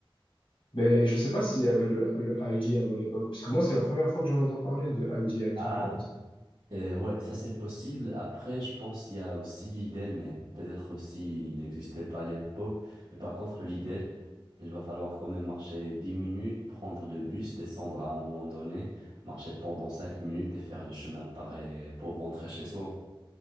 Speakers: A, on the left; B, on the right.
A: Mais je sais pas s'il y avait le, le Aldi à mon époque, parce que moi, c'est la première fois que j'en entends parler de Aldi à Aix-en-Provence.
B: Ah, Euh, ouais, ça c'est possible. Après, je pense qu'il y a aussi Lidl, mais peut-être aussi il n'existait pas à l'époque. Mais par contre, Lidl, il va falloir quand même marcher 10 minutes, prendre le bus, descendre à un moment donné, marcher pendant 5 minutes et faire le chemin pareil pour rentrer chez soi.